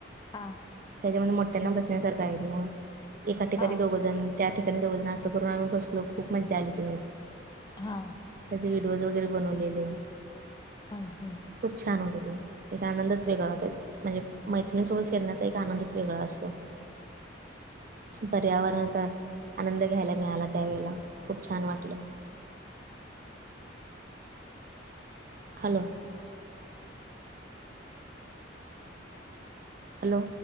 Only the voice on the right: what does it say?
त्याच्यामध्ये मोठ्यांना बसण्यासारखा आहे ग म, एका ठिकाणी
दोघंजण. त्या ठिकाणी दोघजण असं करून आम्ही बसलो खूप मज्जा आली तेज्यात.
त्याचे व्हिडिओज वगैरे बनवलेले.
खूप छान होतं ते. एक आनंदच वेगळा होता म्हणजे मैत्रिणीसोबत फिरण्याचा एक आनंदच वेगळा असतो. पर्यावरणाचा आनंद घ्यायला मिळाला त्यावेळेला, खूप छान वाटलं. हॅलो. हॅलो.